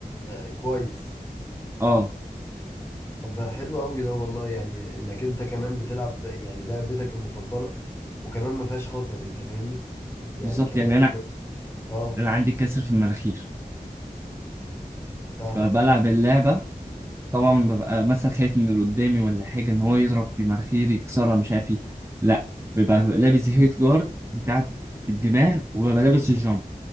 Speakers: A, on the left; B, on the right.
A: آه كويس
B: اه
A: طب حلو قوي ده والله يعني انك انت كمان بتلعب يعني لعبتك المفضلة وكمان ما فيهاش خطر انت فاهمني يعني
B: بالظبط
A: كمان
B: يعني انا
A: اللي... اه
B: انا عندي كسر في المناخير
A: فاهمك
B: فبلعب اللعبه طبعا ببقى مثلا خايف من اللي قدامي ولا حاجه ان هو يضرب في مناخيري يكسرها مش عارف ايه لا بيبقى لابس هيت جارد بتاع في الدماغ وببقى لابس الجامب